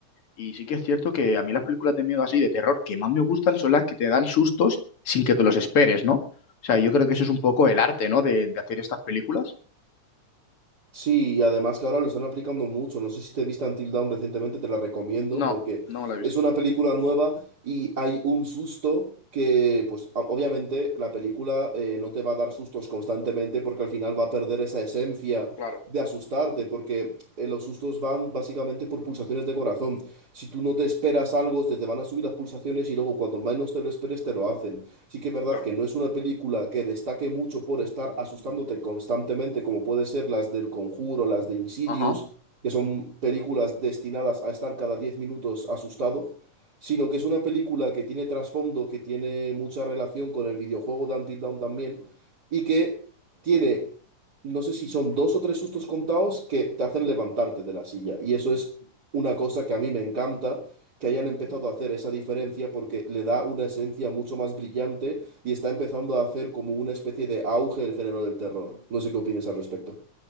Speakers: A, on the left; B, on the right.
A: Y sí que es cierto que a mí las películas de miedo así, de terror, que más me gustan son las que te dan sustos sin que te los esperes, ¿no? O sea, yo creo que eso es un poco el arte, ¿no? De, de hacer estas películas.
B: Sí, y además que ahora lo están aplicando mucho. No sé si te viste Until Dawn recientemente, te la recomiendo
A: No,
B: porque
A: no me la he
B: es
A: visto.
B: una película nueva y hay un susto que, pues o- obviamente la película eh, no te va a dar sustos constantemente porque al final va a perder esa esencia
A: Claro,
B: de asustarte porque eh, los sustos van básicamente por pulsaciones de corazón. Si tú no te esperas algo, se te van a subir las pulsaciones y luego cuando menos te lo esperes te lo hacen. Sí que es verdad
A: claro.
B: que no es una película que destaque mucho por estar asustándote constantemente, como puede ser las del Conjuro, las de Insidious,
A: Ajá.
B: que son películas destinadas a estar cada 10 minutos asustado, sino que es una película que tiene trasfondo, que tiene mucha relación con el videojuego de Until Dawn también, y que tiene, no sé si son dos o tres sustos contados que te hacen levantarte de la silla. Y eso es una cosa que a mí me encanta que hayan empezado a hacer esa diferencia porque le da una esencia mucho más brillante y está empezando a hacer como una especie de auge el género del terror. No sé qué opinas al respecto.